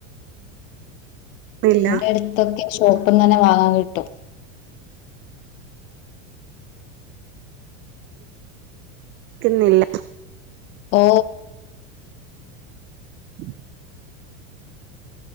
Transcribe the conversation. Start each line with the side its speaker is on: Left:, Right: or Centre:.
Right: ഇല്ല
Left: ഇവിടെ അടുത്തൊക്കെ ഷോപ്പിനെനെ വാങ്ങാൻ കിട്ടും
Right: ക്ക് ന്നില്ല
Left: ഓ
Right: <unintelligible>